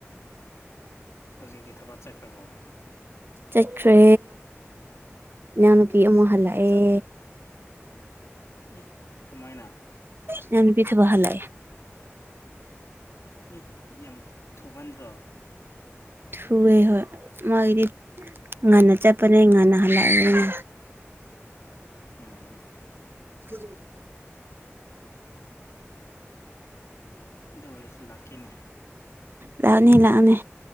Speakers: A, on the left; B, on the right.
A: ꯍꯧꯖꯤꯛꯇꯤ ꯊꯕꯛ ꯆꯥꯠꯈ꯭ꯔꯕꯣ?
B: ꯆꯥꯠꯈ꯭ꯔꯦ ꯏꯅꯥꯎꯅꯨꯄꯤ
A: ꯏꯁ
B: ꯑꯃꯨꯛ ꯍꯜꯂꯛꯑꯦ꯫
A: ꯑꯗꯨꯗꯤ ꯆꯠ ꯑꯦ ꯀꯃꯥꯏꯅ꯫
B: ꯏꯅꯥꯎꯅꯨꯄꯤ ꯊꯕꯛ ꯍꯥꯜꯂꯛꯑꯦ꯫
A: ꯑꯦ ꯌꯥꯝ ꯊꯨꯃꯟꯗ꯭ꯔꯣ꯫
B: ꯊꯨꯋꯦ ꯍꯣꯏ ꯃꯥꯒꯤꯗꯤ ꯉꯥꯟꯅ ꯆꯠꯄꯅꯦ ꯉꯥꯟꯅ ꯍꯥꯜꯂꯛꯑꯦ꯫
A: ꯎꯝ
B: <unintelligible>
A: ꯑꯗꯨ ꯑꯣꯏꯔꯁꯨ ꯂꯥꯛꯀꯦꯅꯦ꯫
B: ꯂꯥꯛꯑꯣꯅꯦ ꯂꯥꯛꯑꯣꯅꯦ